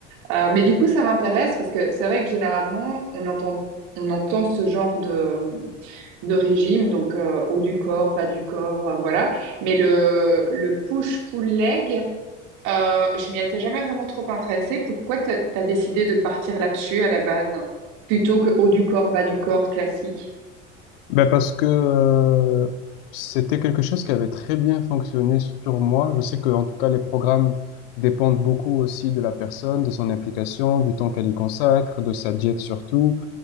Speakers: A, on the right; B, on the left.
A: Euh, mais du coup, ça m'intéresse parce que c'est vrai que généralement, on entend, on entend ce genre de, de régime, donc euh, haut du corps, bas du corps, euh, voilà. Mais le, le push-pull-leg, euh, je m'y étais jamais vraiment trop intéressée. Pourquoi t'as, t'as décidé de partir là-dessus à la base, plutôt que haut du corps, bas du corps classique?
B: Ben parce que euh, c'était quelque chose qui avait très bien fonctionné sur moi. Je sais que en tout cas les programmes dépendent beaucoup aussi de la personne, de son implication, du temps qu'elle y consacre, de sa diète surtout,